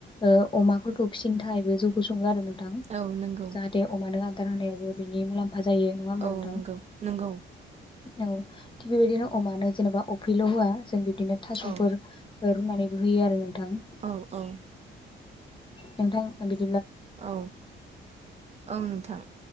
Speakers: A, on the left; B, on the right.
A: ओ अमाफोरखौ फिसिनो थाखायबो जौगसङो आरो नों ां
B: औ नंगौ
A: जाहाथे अमानो आ खानायावबो बिनि मुलाम जायो नङा होमबा
B: औ
A: नोंथां।
B: नंगौ नंगौ
A: औ थिग बेबायदिनो अमानो जेनेबा अफ्रिल' होआ जों बिदिनो थास'फोर
B: औ
A: फोर रुनानैबो होयो आरो नोंथाङा।
B: औ औ।
A: नोंथां बि
B: औ औ नोंथां